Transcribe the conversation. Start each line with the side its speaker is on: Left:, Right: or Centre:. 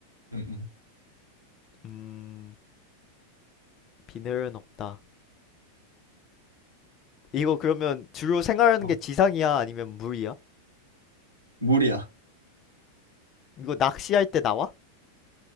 Right: 음, 음.
Left: 음 비늘은 없다. 이거 그러면 주로 생활하는
Right: 어.
Left: 게 지상이야 아니면 물이야?
Right: 물이야.
Left: 이거 낚시할 때 나와?